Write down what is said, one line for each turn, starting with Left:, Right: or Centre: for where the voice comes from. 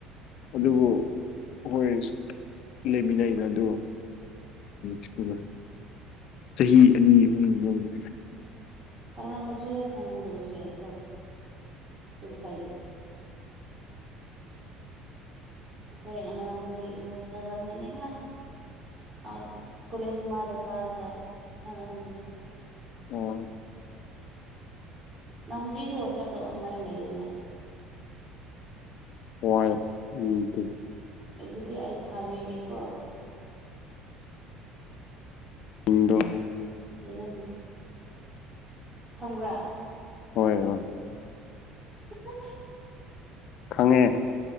Left: ꯑꯗꯨꯕꯨ ꯍꯣꯏ ꯂꯩꯃꯤꯟꯅꯩꯅ ꯑꯗꯣꯛꯇ ꯁ꯭ꯀꯨꯜꯅ ꯆꯍꯤ ꯑꯅꯤ ꯑꯍꯨꯝꯃꯤꯔꯦ
Right: ꯈꯥꯡꯂꯝꯃꯁꯨ ꯌꯥꯏ ꯈꯥꯡꯔꯝꯗꯕꯁꯨ ꯌꯥꯏꯀꯣ ꯑꯗꯨꯕꯨ ꯀꯥꯏꯗꯦ ꯑꯩꯈꯣꯏ ꯑꯉꯥꯡꯈꯣꯏ ꯍꯈꯣꯏ ꯈꯪꯔꯝꯒꯅꯤꯗ ꯑ ꯀꯣꯂꯦꯖ ꯑꯃꯗ ꯀꯔꯒ ꯈꯔꯝꯒꯅꯤ
Left: ꯑꯣ
Right: ꯅꯪ ꯍꯧꯖꯤꯛꯁꯨ ꯋꯥꯆꯞꯇ ꯑꯣꯟꯂꯥꯏꯟ ꯂꯩꯕꯅꯦ
Left: ꯍꯏ ꯎꯝ
Right: ꯑꯗꯨꯗꯤ ꯑꯩ ꯊꯥꯕꯤꯒꯦꯀꯣ
Left: ꯍꯟꯗ
Right: ꯏꯉꯅꯦ ꯈꯪ꯭ꯔꯥ
Left: ꯍꯣꯏ ꯍꯣꯏ
Right: ꯎ
Left: ꯈꯪꯉꯦ